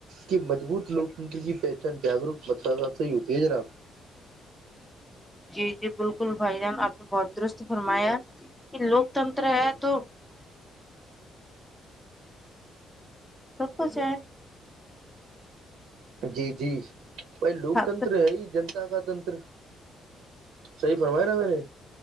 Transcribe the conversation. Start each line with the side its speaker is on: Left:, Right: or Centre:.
Right: کہ مضبوت لوکتنتر کی پہچان جاگروک متد سے ہی ہوتی ہے جرا
Centre: جی جی بالکل بھائی جان آپ نے بہت درست فرمایا کہ لوکتنتر ہے تو
Right: <inaudible>
Centre: سب کچھ ہے
Right: جی جی بھائی لوک
Centre: ہاں۔
Right: تنتر ہے ہی جنتا کا تنتر صحی فرمایا نا میں نے